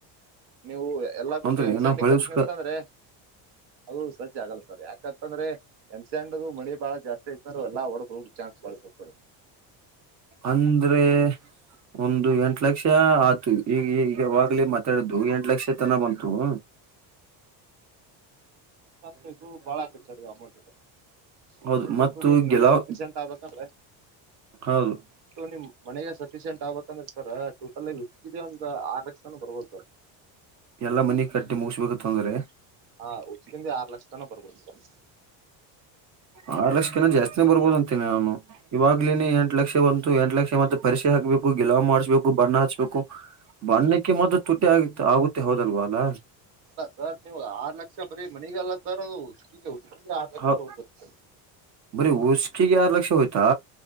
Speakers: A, on the right; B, on the right.
A: ನೀವು ಎಲ್ಲಾ ಬಿಟ್ಟು
B: ಅಂದ್ರೆ
A: ಹೆಣ್ಸಂಡಿ
B: ನಾವ್ ಹೊಳೆ
A: ಕಟ್ನಿ
B: ಉಸುಕ
A: ಅಂತ ಅಂದ್ರೆ ಅದು ಸಜ ಆಗಲ್ಲ ಸರ್ ಯಾಕೆ ತ್ಂದ್ರೆ ಎ್ಸ್ಯಾಂಡ ಮಳಿ ಬಾಳ ಜಾಸ್ತಿ ಐತ ಅಂದ್ರು ಎಲ್ಲಾ ಒಡೋದ ಹೋಗ್ ಚಾನ್ಸ್ ಬಾಳತತರ್
B: ಅಂದ್ರೆ ಒಂದು ಎಂಟ ಲಕ್ಷ ಆಯತು ಈಗ ಈಗವಾಗಲೇ ಮಾತಾಡಿದ್ದು ಎ ಎಲಕ್ಷತನ ಬನ್ತು ಹ
A: ಯಾಕಂದ್ರೆ ಇದು ಬಾಳ ಹೆರ್ಚ್ಚಾಗಿದೆ ಅಮೌಂಟ್ ಇದೆ
B: ಹೌದು
A: ಕೊಟ್ಟೋಗಲ್
B: ಮತ್ತು ಗೆಲಾವ್
A: ಖರ್ಪೀಚ ಅಂತ ಆಗ್ಬೇಕಂದ್ರೆ
B: ಹೌದು
A: ನಿ ಮನೆಗೆ ಸಫಿಶಿಯಂಟ್ ಆಗಕ್ ರ್ತಾರ ಟೋಟಲ್ಲ್ಲಿ ಉಕಿದ ಒಂದ್ ಆ ಲಕ್ಷನ ಬರ್ಬೋದಾರೆ
B: ಎಲ್ಲಾ ಮನ ಕಟ್ಟಿ ಮುಗಸ್ಬೇಕು ತೊಂದ್ರೆ
A: ಹಾ ಉಸಕಿಂದ ಆರು ಲಕ್ಷ ತನ ಬರ್ಬೋದು ಸರ್
B: ಆರು ಲಕ್ಷನ ಜಾಸ್ತಿನೇ ಬರ್ಬೋದಂತ ನಾನು ಇವ್ಲೇನೆ ಎಂಟ್ ಲಕ್ಷ ಬಂತು ಎಂಟ್ ಲಕ್ಷ ಮತ್ತೆ ಪರಿಕ್ಷೆ ಹಾಕ್ಬೇಕು ಗಗೆಲ್ ಮಾಡ್ಸ್್ಕು ಬಣ್ಣ ಹಾಚ್ಬೇಕು ಬಣ್ಣಕ್ಕೆ ಮಾತ್ರ ತುಟಿ ಆಗ ಆಗುತ್ತೆ ಹೌದಲ್ವ ಅಲ್ಲ
A: ಅಲ್ಲ ಸರ್ ನೀವು ಆರ್ ಲಕ್ಷ ಬರೀ ಮನಗಲ್ಲ ಸರ್ ಅದು ಅ ಆಗಕ್ಕೆ
B: ಹ
A: ಹೋಗ ಗೊತ್ತ
B: ಬರೀ ಉಷಕಿಗೆ ಆರ್ ಲಕ್ಷ ಹೋಯ್ತಾ